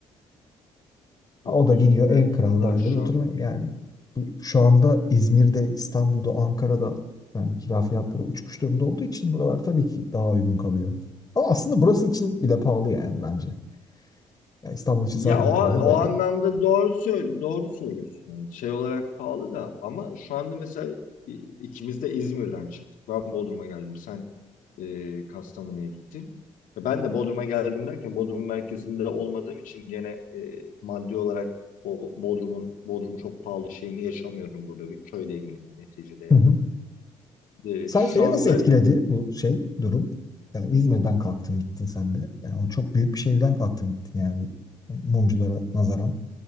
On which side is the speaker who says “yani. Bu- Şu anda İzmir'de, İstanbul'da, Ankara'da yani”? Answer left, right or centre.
Left